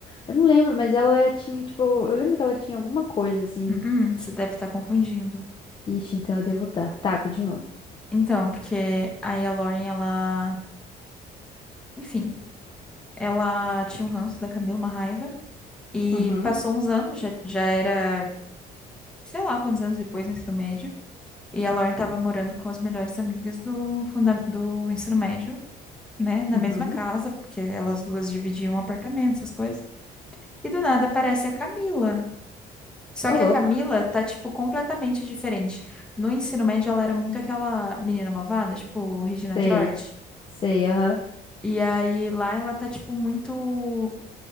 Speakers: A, on the left (about 30°); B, in the centre.
A: Eu não lembro, mas ela era- tinha, tipo. Eu lembro que ela tinha alguma coisa assim.
B: Hum, hum, você
A: que-
B: deve estar confundindo.
A: Ixi, então eu devo estar. Tá, continua.
B: Então, porque aí a Lauren, ela, enfim, ela tinha um ranço da Camila, uma raiva, e
A: Uhum,
B: passou uns anos, já, já era, sei lá quantos anos depois, no ensino médio. E a Lauren estava morando com as melhores amigas do, funda do ensino médio, né? Na
A: uhum.
B: mesma casa, porque elas duas dividiam um apartamento, essas coisas. E do nada aparece a Camila. Só
A: Ô,
B: que
A: louco.
B: a Camila tá, tipo, completamente diferente. No ensino médio, ela era muito aquela menina malvada, tipo, Regina
A: Sei.
B: George.
A: Sei, aham.
B: E aí lá ela tá, tipo, muito.